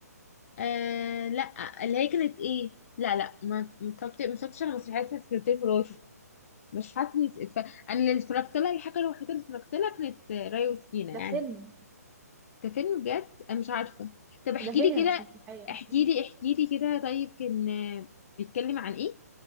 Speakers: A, on the left; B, on the right.
A: آه لا اللي هي كانت ايه لا لا ما متفرجت- ما اتفرجتش على مسرحية اسمها سكرتير مراتي مش حاسة اني اتف- انا اللي اتفرجت لها الحاجة الوحيدة اللي اتفرجت لها كانت آه، راي وسكينة
B: ده
A: يعني
B: فيلم
A: ده فيلم بجد أنا مش عارفة طب احكي
B: ده فيلم
A: لي كده
B: مش مسرحية مم.
A: احكي لي احكي لي كده طيب كان آه، بيتكلم عن ايه